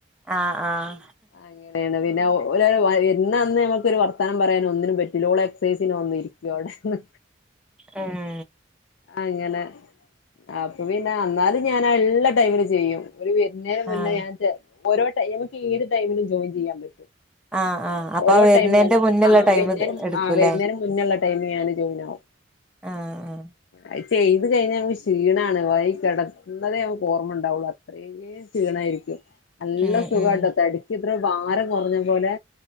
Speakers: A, in the centre; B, on the left.
A: ആഹ് ആഹ്
B: അങ്ങനെയാണ് പിന്നെ ഓല് വര്ണ അന്ന് നമുക്കൊരു വർത്താനം പറയാനും ഒന്നിനും പറ്റൂല്ല ഓള് എക്സൈസിന് വന്നിരിക്കും അവിടെന്ന്
A: ഉം
B: അങ്ങനെ അപ്പൊ പിന്നെ അന്നാലും ഞാൻ ള്ള ടൈമിലും ചെയ്യും ഓര് വരുന്നേന മുന്നേ
A: ആഹ്
B: ഞാൻ ചേ ഓരോ ടൈം എനിക്ക് ഏത് ടൈമിലും ജോയിൻ ചെയ്യാൻ പറ്റും
A: ആഹ് ആഹ് അപ്പൊ
B: ഓരോ
A: ആ വരുന്നേന്റെ
B: ടൈമില് അങ്ങടെക്ക്
A: മുന്നുള്ള
B: ആഹ്
A: ടൈം
B: വർന്നെന്റെ
A: എടുക്കൂല്ലേ
B: ആഹ് വരണെന്റെ മുന്നേള്ള ടൈമില് ഞാന് ജോയിനാവും
A: ആഹ്
B: അയ് ചെയ്ത് കഴിഞ്ഞാൽ നമുക്ക് ക്ഷീണാണ് പോയി കിടന്നതേ നമുക്ക് ഓർമ്മയുണ്ടാവുള്ളു അത്രയും ക്ഷീണായിരിക്കും നല്ല
A: ഉം
B: സുഖാട്ടോ
A: ഉം
B: തടിക്കിത്ര ഭാരം കുറഞ്ഞ പോലെ